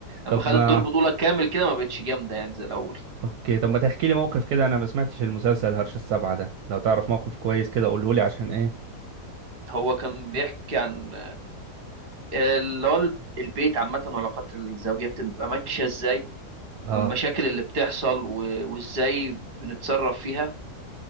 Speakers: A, on the right; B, on the right.
A: لما
B: طب
A: خدت
B: ما
A: دور بطولة كامل كده ما بقتش جامدة يعني زي الاول
B: اوكي طب ما تحكي لي موقف كده انا ما سمعتش المسلسل هرش السبعة ده لو تعرف موقف كويس كده قوله لي عشان ايه
A: هو كان بيحكي عن آه، اللي هو الب- البيت عامة والعلاقات الزوجية بتبقى ماشية ازاي
B: اه
A: والمشاكل اللي بتحصل و- وازاي بنتصرف فيها